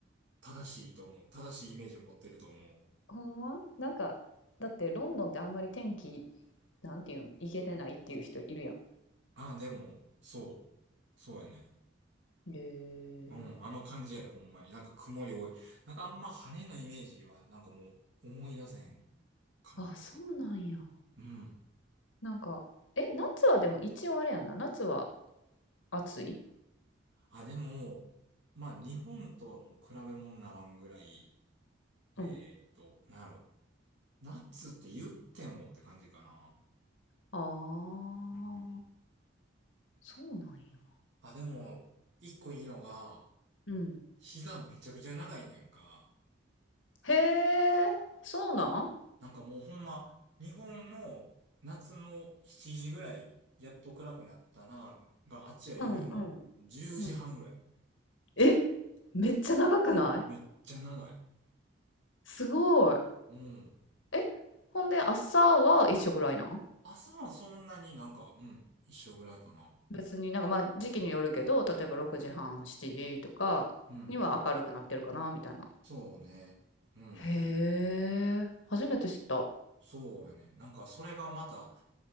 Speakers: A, on the right; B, on the left.
A: 正しいと思う。正しいイメージを持ってると思う。
B: ほんまなんか、だってロンドンってあんまり天気、なんていうん行けてないっていう人いるや
A: あ、でも、そう。そうやね。
B: ん。へえ。
A: うん。あの感じやで、ほんまに。なんか曇り多い。なんかあんま晴れのイメージは、なんかもう思い出せんかな。
B: あ、そうなんや。
A: うん。
B: なんか、え、夏はでも一応あれやんな。夏は暑い
A: あ、でも、まあ、日本とはもう比べ物にならんぐらい、えーっと、
B: うん。
A: なんやろ。ナッツって言ってもって感じかな。
B: ああ、
A: うんうん
B: そうなんや。
A: あ、でも、一個いいのが、
B: うん。
A: 日がめちゃくちゃ長いねやんか。
B: へえ、そうなん
A: なんかもうほんま、日本の夏の7時ぐらい、やっと暗くなったな、が、あっちは夜の10時半ぐらい。
B: うんうん。うん。え、めっちゃ長くない
A: めっちゃ長い。
B: すごい。
A: うん。
B: え、ほんで朝は一緒ぐらいなん
A: 朝はそんなになんか、うん、一緒ぐらいかな。
B: 別になんかまあ時期によるけど、例えば6時半、7時とかには明るくなってるかな、
A: うん。
B: みたいな。
A: そうね。うん。
B: へえ、初めて知った。
A: そうやね。なんかそれがまた、